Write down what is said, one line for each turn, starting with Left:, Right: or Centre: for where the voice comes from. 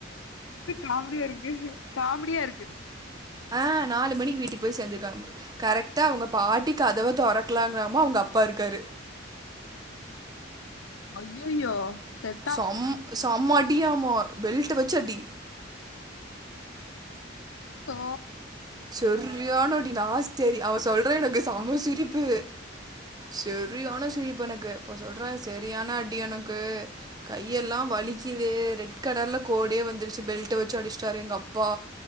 Left: <unintelligible> காமெடியா இருக்கு காமெடியா இருக்கு
Right: ஆஹ் நாலு மணிக்கு வீட்டுக்கு போய் சேந்திருக்காங்களாமா கரெக்டா அவங்க பாட்டி கதவ தொறக்கறாங்கலாமா அவங்க அப்பா இருக்காரு
Left: ஐயயோ செத்தா
Right: செம் செம்ம அடியா ஆமா பெல்ட் வச்சு அடி
Left: தோ
Right: செரியான அடி லாஸ்ட் அடி அவ சொல்றா எனக்கு சம சிரிப்பு செரியான சிரிப்பு எனக்கு அப்ப சொல்றா செரியான அடி எனக்கு கையெல்லாம் வலிக்குது ரெட் கலர்ல கோடே வந்துருச்சு பெல்ட் வச்சு அடிசிட்டாரு எங்க அப்பா